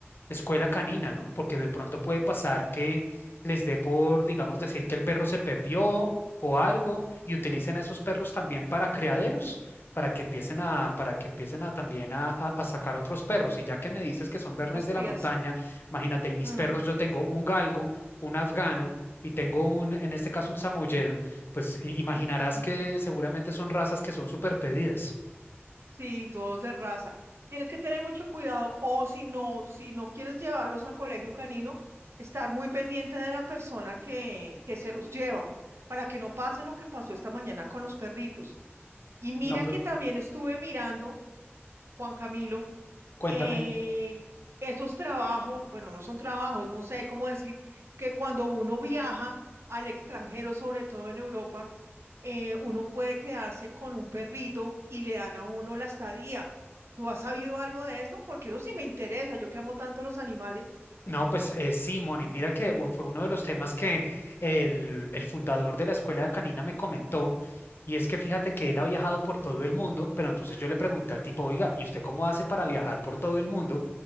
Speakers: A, on the left; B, on the right.
A: escuela canina, ¿no? Porque de pronto puede pasar que les dé por, digamos, decir que el perro se perdió o algo y utilicen a esos perros también para criaderos, para que empiecen a, para que empiecen a también a, a- a sacar otros perros. Y ya que me dices que son bernés
B: Las
A: de
B: crías.
A: la montaña, imagínate, y mis
B: Mm,
A: perros, yo tengo un galgo, un afgano. Y tengo un, en este caso, un samoyedo, pues i- imaginarás
B: mm.
A: que seguramente son razas que son súper pedidas.
B: Sí, todos de raza. Tienes que tener mucho cuidado o si no, si no quieres llevarlos a colegio canino, estar muy pendiente de la persona que, que se los lleva para que no pase lo que pasó esta mañana con los perritos. Y mira
A: No, pues,
B: que también estuve mirando, Juan Camilo,
A: cuéntame.
B: eh, esos trabajos, bueno, no son trabajos, no sé cómo decir, que cuando uno viaja al extranjero, sobre todo en Europa, eh, uno puede quedarse con un perrito y le dan a uno la estadía. ¿Tú has sabido algo de eso? Porque eso sí me interesa, yo que amo tanto los animales.
A: No, pues eh, sí, Moni, mira que u- fue uno de los temas que el, el fundador de la escuela canina me comentó, y es que fíjate que él ha viajado por todo el mundo, pero entonces yo le pregunté al tipo, oiga, ¿y usted cómo hace para viajar por todo el mundo